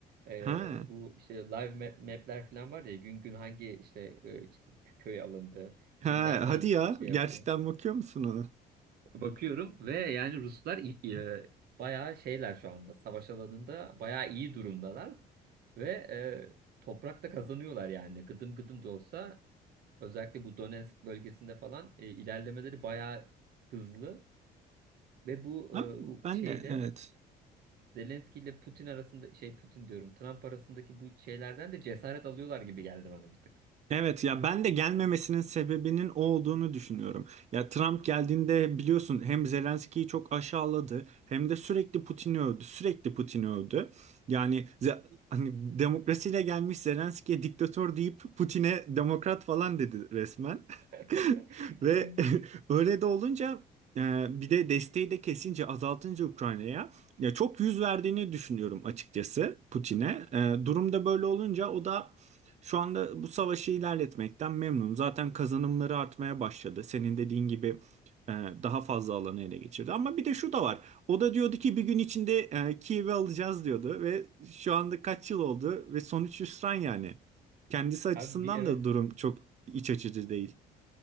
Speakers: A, on the right (about 65°); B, on the right (about 40°).
A: Ee,
B: Ha,
A: bu işte live map- map'ler falan var ya gün gün hangi işte e, köy alındı,
B: ha,
A: kim nereden
B: hadi ya,
A: şey
B: gerçekten
A: yapıyor.
B: bakıyor musun ona?
A: Bakıyorum ve yani Ruslar i- e, bayağı şeyler şu anda. Savaş alanında bayağı iyi durumdalar. Ve e, toprakta kazanıyorlar yani. Gıdım gıdım da olsa özellikle bu Donetsk bölgesinde falan e, ilerlemeleri bayağı hızlı. Ve bu
B: Ha,
A: e, u-
B: ben
A: şeyde
B: de evet.
A: Zelenski ile Putin arasında şey Putin diyorum Trump arasındaki bu şeylerden de cesaret alıyorlar gibi geldi bana bir tık.
B: Evet ya ben de gelmemesinin sebebinin o olduğunu düşünüyorum. Ya Trump geldiğinde biliyorsun hem Zelenski'yi çok aşağıladı hem de sürekli Putin'i övdü. Sürekli Putin'i övdü. Yani ze- hani demokrasiyle gelmiş Zelenski'ye diktatör deyip Putin'e demokrat falan dedi resmen.
A: <laughs>
B: <laughs> Ve <laughs> öyle de olunca e, bir de desteği de kesince azaltınca Ukrayna'ya ya çok yüz verdiğini düşünüyorum açıkçası Putin'e. E, durumda böyle olunca o da şu anda bu savaşı ilerletmekten memnun. Zaten kazanımları artmaya başladı. Senin dediğin gibi e, daha fazla alanı ele geçirdi. Ama bir de şu da var. O da diyordu ki bir gün içinde e, Kiev'i alacağız diyordu ve şu anda kaç yıl oldu ve sonuç hüsran yani. Kendisi açısından
A: Abi bir evet
B: da durum çok iç açıcı değil.